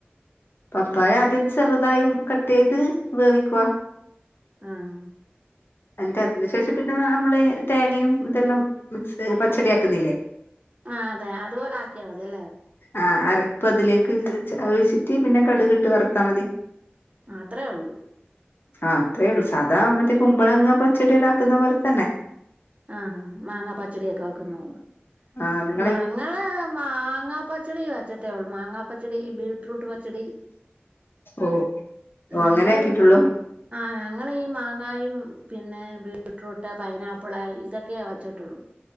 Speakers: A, on the left; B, on the right.
A: പപ്പായ ആദ്യം ചെറുതായും കട്ടെയ്ത് വേവിക്കുവ
B: ആഹ്
A: എന്നിട്ട് അതിനുശേഷം പിന്നെ നമ്മള് തേങ്ങയും ഇതെല്ലാം മിക്സ് പച്ചടി ആക്കുന്നില്ലേ
B: ആഹ് അതെ അതുപോലാക്കിയ മതിയല്ലേ
A: ആ അരപ് അതിലേക്ക് ഒഴിച്ചിട്ട് പിന്നെ കടുകിട്ട് വറത്താ മതി
B: ആഹ് അത്രെ ഒള്ളു
A: ആഹ് അത്രേയൊള്ളു സാധാ മറ്റേ കുമ്പളങ്ങ പച്ചടിയല്ലാക്കുന്ന പോല തന്നെ
B: ആഹ് മാങ്ങാ പച്ചടിയൊക്ക വെക്കുന്ന പോലെ
A: ആണ്
B: ഞങ്ങള് മാങ്ങാപ്പച്ചടി വെച്ചിട്ടേഒള്ളു മാങ്ങാപ്പച്ചടി ബീട്രൂട്ട് പച്ചടി
A: ഓഹ് ഓ
B: നമ്മള്
A: അങ്ങനെ ആക്കിട്ടോള്ളൂ
B: ആഹ് ഞങ്ങളീ മാങ്ങായും പിന്നെ ബീട്രൂട്ട് പൈനാ പ്പിള് ഇതൊക്കെയ വെച്ചിട്ടൊള്ളൂ